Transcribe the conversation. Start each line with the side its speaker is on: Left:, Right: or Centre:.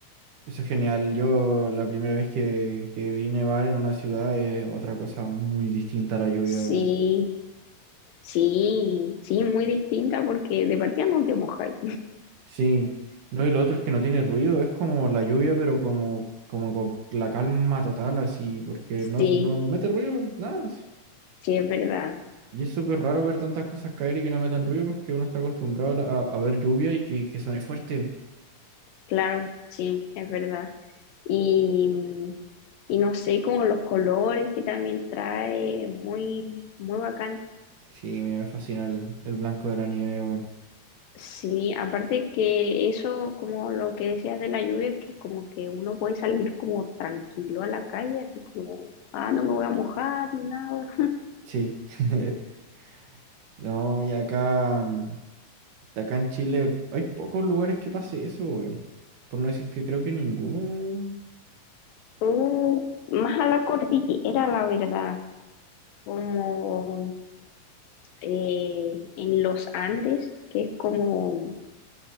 Right: Eso es genial. Yo la primera vez que, que vi nevar en una ciudad es otra cosa muy distinta a la lluvia,
Left: Sí,
Right: weón.
Left: sí, sí, muy distinta porque de partida no te mojáis.
Right: Sí. No, y lo otro es que no tiene ruido, es como la lluvia, pero como, como con la calma total, así, porque no,
Left: Sí,
Right: no mete ruido, nada, así.
Left: sí, es verdad,
Right: Y es súper raro ver tantas cosas caer y que no metan ruido porque uno está acostumbrado a, la- a- a ver lluvia y que, que suene fuerte.
Left: claro, sí, es verdad. Y, y no sé, como los colores que también trae, muy, muy bacán.
Right: Sí, me fascina el, el blanco de la nieve, weón.
Left: Sí, aparte que eso, como lo que decías de la lluvia, que como que uno puede salir como tranquilo a la calle, así como, ah, no me voy a mojar ni nada.
Right: Sí. <laughs> No, y acá. mm, Acá en Chile hay pocos lugares que pase eso, weón. Por no decir que creo que ninguno.
Left: O más a la cordillera, la verdad, como eh, en los Andes, que es como,